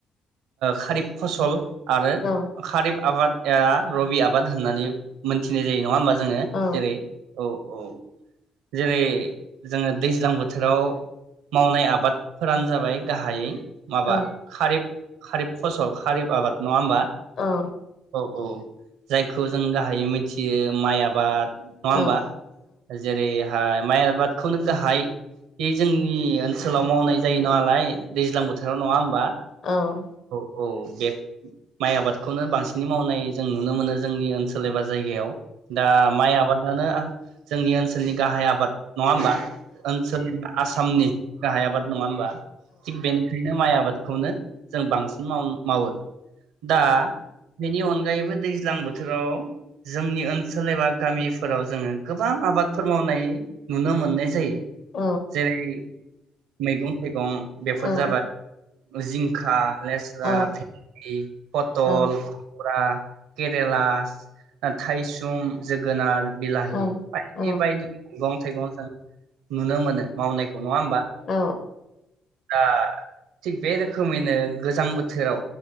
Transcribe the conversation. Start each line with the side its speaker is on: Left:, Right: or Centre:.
Right: खारिफ फसल आरो
Left: औ
Right: खारिब आबाद ए रबि आबाद होननानै मोनथिनाय जायो। नङा होमबा जोङो
Left: औ
Right: जेरै औ औ जेरै जोङो दैज्लां बोथोराव मावनाय आबादफोरानो जाबाय गाहायै माबा
Left: औ
Right: खारिप खारिब फसल खारिफ आबाद नङा होमबा?
Left: औ औ
Right: औ औ। जायखौ जों गाहायै मिथियो माइ आबाद नङा होमबा?
Left: औ
Right: जेरैहाय माइ आबादखौ नों गाहाय बे जोंनि ओनसोलाव मावनाय जायो नालाय दैज्लां बोथोराव नङा होमबा?
Left: औ
Right: औ बे माइ आबादखौनो बांसिनै मावनाय जों नुनो मोनो जोंनि ओनसोल एबा जायगायाव दा माइ आबाद दाना आह जोंनि ओनसोलनि गाहाय आबाद नङा होमबा? ओनसोलनि आसामनि गाहाय आबाद नङा होमबा? थिग बेनिखायनो माइ आबाद खौनो जों बांसिन माव मावो दा बेनि अनगायैबो दैज्लां बोथोराव जोंनि ओनसोल एबा गामिफोराव जोंङो गोबां आबादफोर मावनाय नुनो मोननाय जायो।
Left: औ
Right: जेरै मैगं थाइगं बेफोर
Left: औ औ
Right: जाबाय जिं आह लेस्रा,
Left: औ
Right: फिन्दि, पथल
Left: औ
Right: आह केरेलास ओ थायसुम जोगोनार बिलाहि
Left: औ
Right: बायदि
Left: औ
Right: बायदि मैगं थाइगं जों नुनो मोनो मावनायखौ नंङा होमबा
Left: औ
Right: दा थि बे रोखोम रोखोमैनो गोजां बोथोराव